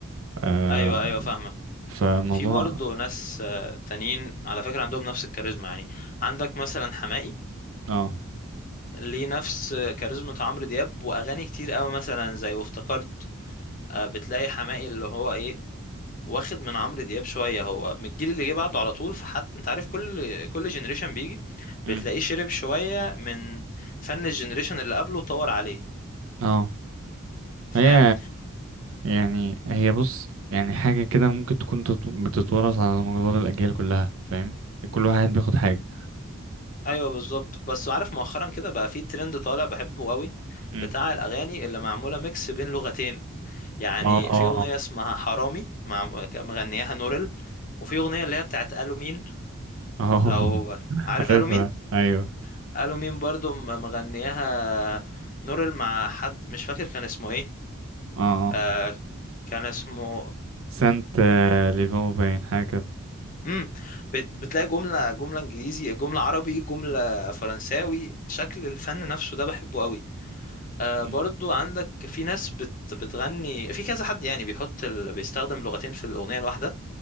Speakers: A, on the right; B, on the left.
A: آه
B: أيوة أيوة فاهمك
A: فموضوع
B: في برضه ناس آه، تانيين على فكرة عندهم نفس الكاريزما يعني عندك مثلا حماقي
A: اه
B: ليه نفس كاريزما عمرو دياب وأغاني كتير أوي مثلا زي وافتكرت آه، بتلاقي حماقي اللي هو إيه واخد من عمرو دياب شويه هو من الجيل اللي جه بعده على طول فحتى انت عارف كل كل جنريشن بيجي
A: مم.
B: بتلاقيه شرب شويه من فن الجنريشن اللي قبله وطور عليه
A: اه
B: فاهم
A: هي يعني هي بص يعني حاجة كده ممكن تكون تت- بتتورث على مدار الأجيال كلها فاهم كل واحد بياخد حاجة
B: ايوه بالظبط بس عارف مؤخرا كده بقى في ترند طالع بحبه قوي
A: مم.
B: بتاع الاغاني اللي معموله ميكس بين لغتين يعني
A: اه
B: في
A: اه
B: اغنيه اسمها حرامي مع مغنياها نورل وفي اغنيه اللي هي بتاعت قالوا مين
A: اه
B: لو
A: <laughs>
B: عارف
A: عارفها
B: قالوا مين
A: أيوه
B: قالوا مين برضو مغنياها نورل مع حد مش فاكر كان اسمه ايه
A: اه آه.
B: آه كان اسمه
A: سانت آه، ليفون باين حاجة كده
B: امم بت- بتلاقي جملة جملة انجليزي جملة عربي جملة فرنساوي شكل الفن نفسه ده بحبه قوي آه
A: مم.
B: برضو عندك في ناس بت بتغني في كذا حد يعني بيحط ال... بيستخدم لغتين في الأغنية الواحدة